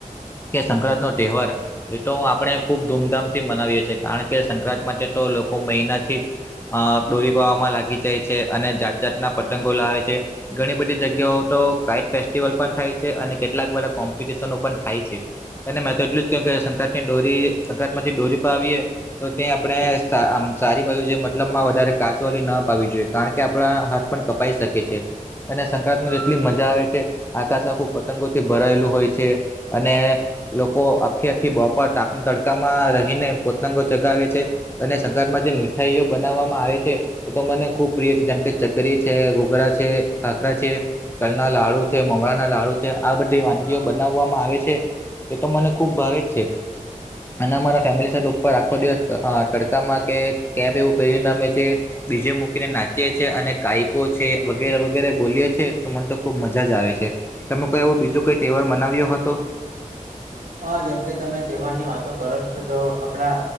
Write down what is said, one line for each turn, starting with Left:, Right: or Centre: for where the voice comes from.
Left: કે સંક્રાંત નો તેવાર એ તો આપણે ખુબ ધૂમધામ થી મનાવીએ છીએ. કારણ કે સંક્રાંત માટે તો લોકો મહિનાથી જ અ દોરી પાવા માં લાગી જાય છે અને જાત જાતના પતંગો લાવે છે. ઘણી બધી જગ્યાઓ તો કાઈટ ફેસ્ટિવલ પન થાય છે અને કેટલાક બધા કોમ્પિટિશનો પન થાય છે. એને મેં તો એટલું જ કેમ કે સંક્રત ની જે દોરી સંક્રાંત માં જે દોરી પાવીએ તો તે આપણે આ સારી બાજુ જોઈએ મતલબમાં વધારે કાચવાલી ન પાવવી જોઈએ કારણ કે આપણા હાથ પણ કપાઈ શકે છે. અને સંક્રાંતમા એટલી મજા આવે છે આકાશ આખું પતંગોથી ભરાયેલું હોય છે. અને લોકો આખી આખી બપોર તાપના તડકામાં રહીને પો પતંગો ચગાવે છે અને સંક્રાંત માં જે મીઠાઈઓ બનાવવામાં આવે છે. તે તો મને ખુબ પ્રિય છે જેમ કે ચકરી છે ઘોઘરા છે ખાખરા છે. તલ ના લાડુ છે મમરા ના લાડુ છે આ બધી વાનગીઓ બનાવવામાં આવે છે. એ તો મને ખુબ ભાવે જ છે અને મારા ફેમિલી સાથે પર આખો દિવસ તડકામાં કે કેપ એવું પેરીને અમે જે ડી જે મૂકીને નાચીએ છીએ અને કાઈપો છે વગેરે વગેરે બોલી છીએ તો મને તો ખૂબ મજા જ આવે છે. તમે કોઈ આવો બીજો કોઈ તેવાર મનાવ્યો હતો?
Right: હા જેમકે તમે તેવાર ની વાતો કરો છો તો આપણા